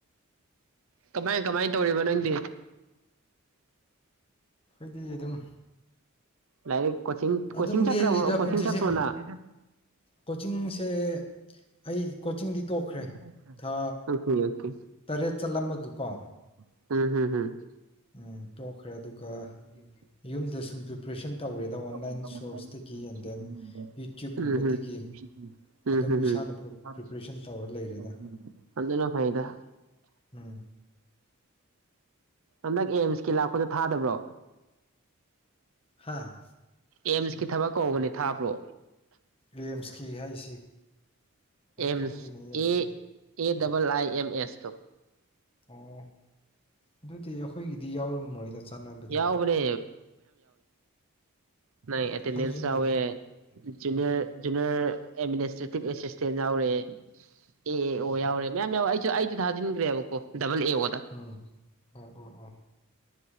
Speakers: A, on the right; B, on the left.
A: ꯀꯃꯥꯏ ꯀꯃꯥꯏꯅ ꯇꯧꯔꯤꯕ ꯅꯪꯗꯤ
B: ꯍꯥꯏꯗꯤ ꯑꯗꯨꯝ
A: ꯂꯥꯏꯔꯤ ꯀꯣꯆꯤꯡ ꯀꯣꯆꯤꯡ
B: ꯑꯗꯨꯝ
A: ꯆꯠꯄ꯭ꯔꯣ
B: ꯂꯦꯜꯂꯤꯗ ꯄꯨꯟꯁꯤꯁꯦ
A: ꯅꯪ
B: ꯀꯣꯆꯤꯡꯁꯦ ꯑꯩ ꯀꯣꯆꯤꯡꯗꯤ ꯇꯣꯛꯈ꯭ꯔꯦ
A: <unintelligible>
B: ꯊꯥ
A: ꯑꯣꯀꯦ ꯑꯣꯀꯦ
B: ꯇꯔꯦꯠ ꯆꯠꯂꯝꯃꯒꯀꯣ
A: ꯎꯝ ꯍꯝꯍꯝ
B: ꯎꯝ
A: <unintelligible>
B: ꯇꯣꯛꯈ꯭ꯔꯦ ꯑꯗꯨꯒ ꯌꯨꯝꯗ ꯁꯨꯝ ꯄ꯭ꯔꯤꯄꯔꯦꯁꯟ ꯇꯧꯔꯦꯗ ꯑꯣꯟꯂꯥꯏꯟ ꯁꯣꯔꯁꯇꯒꯤ ꯑꯦꯟ ꯗꯦꯟ ꯌꯨꯇ꯭ꯌꯨꯕꯀꯨꯝꯕꯗꯒꯤ ꯑꯗꯨꯝ ꯏꯁꯥꯅ ꯄ꯭ꯔꯤꯄꯔꯦꯁꯟ ꯇꯧꯔ ꯂꯩꯔꯦꯗ
A: ꯑꯗꯨꯅ ꯐꯩꯗꯥ
B: ꯎꯝ
A: ꯍꯟꯗꯛ ꯑꯦꯝꯁꯀꯤ ꯂꯥꯛꯄꯗꯣ ꯊꯥꯗꯕ꯭ꯔꯣ
B: ꯍꯥꯥ
A: ꯑꯦꯝꯁꯀꯤ ꯊꯕꯛ ꯀꯧꯕꯅꯦ ꯊꯥꯕ꯭ꯔꯣ
B: ꯑꯦꯝꯁꯀꯤ ꯍꯥꯏꯁꯤ
A: ꯑꯦꯝꯁ
B: ꯈꯪꯗꯦꯅꯦ ꯑꯦꯝꯁꯀꯤꯅꯤ
A: ꯑꯦ A double I M S two
B: ꯑꯣ ꯑꯗꯨꯗꯤ ꯑꯩꯈꯣꯏꯒꯤꯗꯤ ꯌꯥꯎꯔꯝꯃꯣꯏꯗ ꯆꯥꯟꯅꯕꯗꯤ
A: ꯌꯥꯎꯕꯅꯦ ꯨꯨꯂꯩ ꯑꯦꯇꯦꯟꯗꯦꯟꯁ
B: ꯊꯥꯖꯤꯟꯗꯦꯗ
A: ꯌꯥꯎꯋꯦ ꯖꯦꯅ꯭ꯔꯔ
B: ꯎꯝ
A: ꯖꯦꯅ꯭ꯔꯔ ꯑꯦꯝꯃꯤꯅꯤꯁꯇ꯭ꯔꯦꯇꯤꯚ ꯑꯦꯁꯤꯁꯇꯦꯟ ꯌꯥꯎꯔꯦ ꯑꯦ ꯑꯦ ꯑꯣ ꯌꯥꯎꯔꯦ ꯃꯌꯥꯝ ꯌꯥꯎꯋꯥ ꯑꯩ ꯑꯩꯗꯨ ꯊꯥꯖꯤꯟꯒ꯭ꯔꯦꯕꯀꯣ ꯗꯕꯜ ꯑꯦ ꯑꯣꯗ
B: ꯎꯝ ꯑꯣ ꯑꯣ ꯑꯣ